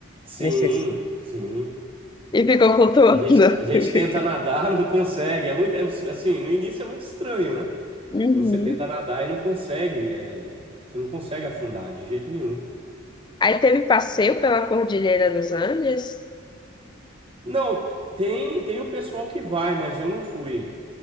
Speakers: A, on the right (about 25°); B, on the left (about 20°).
A: Sim,
B: nesse...
A: sim.
B: e ficou flutuando.
A: A gente, a gente
B: <laughs>
A: tenta nadar, <laughs> não consegue. É muito, é assim, no início é muito estranho, né?
B: Uhum.
A: E Você tenta nadar e não consegue, é, você não consegue afundar de jeito nenhum.
B: Aí teve passeio pela Cordilheira dos Andes.
A: Não, tem tem o pessoal que vai, mas eu não fui.